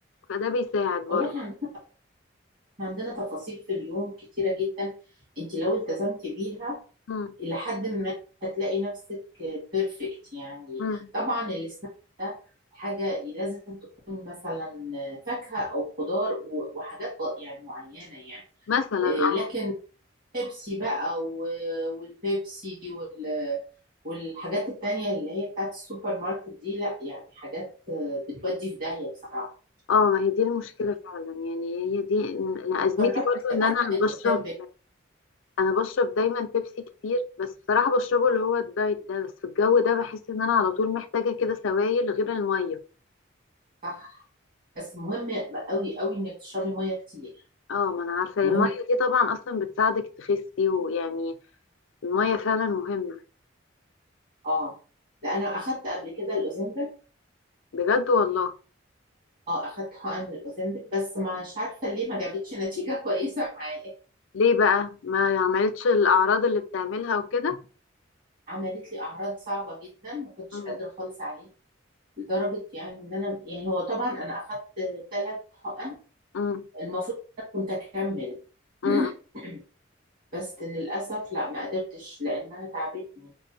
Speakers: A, on the left; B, on the right.
A: فده بيساعد برضه
B: والله احنا عندنا إحنا عندنا تفاصيل في اليوم كتيره جدا انت لو التزمتي بيها
A: مم.
B: إلى حد ما هتلاقي نفسك بيرفكت يعني
A: مم.
B: طبعا السناك ده حاجة لازم تكون مثلا فاكهة أو خضار و- وحاجات يعني معينة يعني
A: مثلا
B: إيه،
A: اه
B: لكن بيبسي بقى و- والبيبسي وال والحاجات التانية اللي هي بتاعت السوبر ماركت دي لا يعني حاجات آه، بتودي في داهية بصراحة
A: آه، ما هي دي المشكلة فعلا يعني هي دي أنا أزمتي
B: جربت
A: برضه ان انا بشرب
B: قدام بيت
A: انا بشرب دايما بيبسي كتير بس بصراحة بشربه اللي هو الدايت ده بس في الجو ده بحس ان انا على طول محتاجة كده سوائل غير المية
B: صح بس مهم قوي قوي انك تشربي مية كتير
A: اه ما انا عارفة المية
B: مهم
A: دي طبعا اصلا بتساعدك تخسي ويعني المية فعلا مهمة
B: اه لا انا اخدت قبل كده الاوزمبل
A: بجد والله
B: اه اخدت حقن الاوزمبيك بس مش عارفه ليه ما جابتش نتيجه كويسه معايا
A: ليه بقى ما عملتش الاعراض اللي بتعملها وكده
B: عملت لي اعراض صعبه جدا ما كنتش
A: أم،
B: قادره خالص عليها لدرجه يعني ان انا يعني هو طبعا انا اخدت ثلاث حقن
A: أم،
B: المفروض إن انا كنت اكمل
A: أم،
B: <clears throat> بس للاسف لا ما قدرتش لانها تعبتني